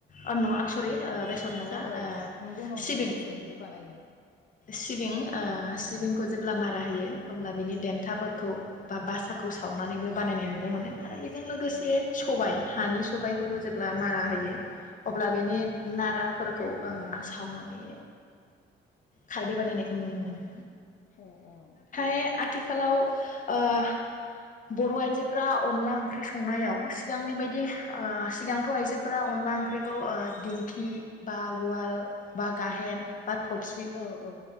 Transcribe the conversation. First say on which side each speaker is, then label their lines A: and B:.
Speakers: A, on the left; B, on the left.
A: ओ नङा अ सरि ओ बेसर नङा
B: ओ ओ नंगौ नंगौ
A: सिबिं
B: बेसरनिबो बानायो
A: सिबिं ओ सिबिंखौ जेब्ला मारा होयो ब्ला बिनि देन्थाफोरखौ
B: औ
A: बा बासाखौ सावनानैबो बानायनाय नुनो मोनो आरो बे जों लोगोसे
B: औ
A: सबाय हानि सबायफोरखौ जेब्ला मारा होयो अब्ला बेनि नारा फोरखौ ओ सावनानै खारदै बानायनायखौ नुनो मोनो
B: अ औ
A: ने आथिखालाव ओ बर'आइजोफ्रा अनला ओंख्रि संनायाव सिगांनि बायदि ओ सिगांथ' आइजोफोरा अनला ओंख्रिखौ ओ दिंखि बा उवाल बा गाहेन बा थबसि
B: औ ओ ओ